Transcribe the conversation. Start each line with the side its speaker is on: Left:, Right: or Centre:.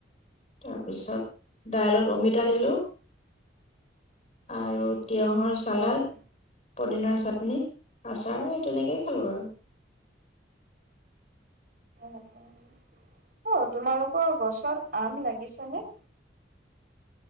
Left: তাৰপিছত দাইলত অমিতা
Right: অ',
Left: দিলো আৰু তিঁয়হৰ ছালাড,
Right: অ',
Left: পদিনা চাটনি আচাৰ এই তেনেকেই খালোঁ আৰু
Right: অ', অ'। অ' তোমালোকৰ গছত আম লাগিছে নে?